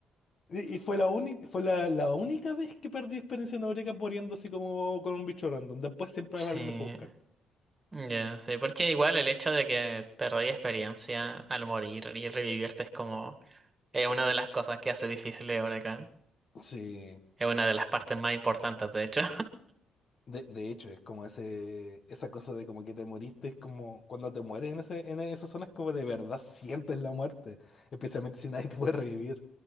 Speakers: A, on the left; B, on the right.
A: Y y fue la única, fue la, la única vez que perdí experiencia en Eureka poniendo así como con un bicho random. Después siempre
B: Sí.
A: alguien me fue a buscar.
B: Ya, sí, porque igual el hecho de que perdí experiencia al morir y revivirte es como, es una de las cosas que hace difícil ahora acá.
A: Sí,
B: Es una de las partes más importantes, de hecho.
A: de, de hecho, es como ese, esa cosa de como que te moriste, es como cuando te mueres en ese, en esas zonas como de verdad sientes la muerte, especialmente si nadie te puede revivir.